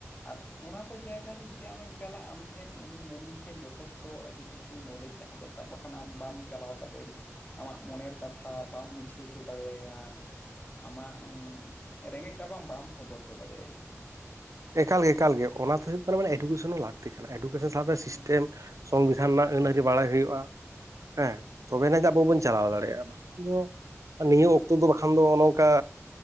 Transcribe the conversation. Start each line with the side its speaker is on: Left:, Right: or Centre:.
Left: ᱟᱨ ᱚᱱᱟ ᱠᱚ ᱡᱟᱭᱜᱟ ᱨᱮ ᱡᱩᱫᱤ ᱟᱢᱮᱢ ᱪᱟᱞᱟᱜ ᱟᱢ ᱴᱷᱮᱱ ᱩᱱᱤ ᱢᱟᱹᱱᱢᱤ ᱴᱷᱮᱱ ᱡᱚᱛᱷᱮᱥᱴᱚ ᱟᱹᱰᱤ ᱠᱤᱪᱷᱩ ᱱᱚᱞᱮᱡᱽ ᱛᱟᱦᱮᱸ ᱫᱚᱨᱠᱟᱨ ᱵᱟᱠᱷᱟᱱ ᱟᱢ ᱵᱟᱢ ᱪᱟᱞᱟᱣ ᱠᱟᱛᱮᱫ ᱟᱢᱟᱜ ᱢᱚᱱᱮᱨ ᱠᱟᱛᱷᱟ ᱵᱟᱢ ᱵᱩᱡᱷᱟᱹᱣ ᱦᱚᱪᱚ ᱫᱟᱲᱮᱭ ᱟᱭᱟ ᱾ ᱟᱢᱟᱜ ᱨᱮᱸᱜᱮᱡ ᱛᱟᱵ ᱵᱟᱢ ᱥᱚᱫᱚᱨ ᱚᱪᱚ ᱫᱟᱲᱮᱣᱟᱭᱟ ᱾
Right: ᱮᱠᱟᱞ ᱜᱮ ᱮᱠᱟᱞ ᱜᱮ ᱚᱱᱟᱛᱮ ᱦᱩᱭᱩᱜᱭᱜ ᱠᱟᱱᱟ ᱢᱟᱱᱮ ᱮᱰᱩᱠᱮᱥᱚᱱ ᱦᱚᱸ ᱞᱟᱹᱠᱛᱤ ᱠᱟᱱᱟ ᱮᱰᱩᱠᱮᱥᱚᱱ ᱥᱟᱶᱛᱮ
Left: ᱦᱮᱸ
Right: ᱥᱤᱥᱴᱮᱢ ᱥᱚᱝᱵᱤᱫᱷᱟᱱ ᱨᱮᱱᱟᱜ ᱟᱹᱱ-ᱟᱹᱨᱤ ᱵᱟᱲᱟᱭ ᱦᱩᱭᱩᱜᱼᱟ ᱾ ᱦᱮᱸ ᱛᱚᱵᱮᱱᱟᱜ ᱡᱮ ᱟᱵᱚ ᱵᱚᱱ ᱪᱟᱞᱟᱣ ᱫᱟᱲᱮᱭᱟᱜ-ᱟ ᱵᱟᱠᱤ ᱫᱚ ᱱᱤᱭᱟᱹ ᱚᱠᱛᱚ ᱫᱚ ᱵᱟᱠᱷᱟᱱ ᱫᱚ ᱚᱱᱮ ᱚᱝᱠᱟ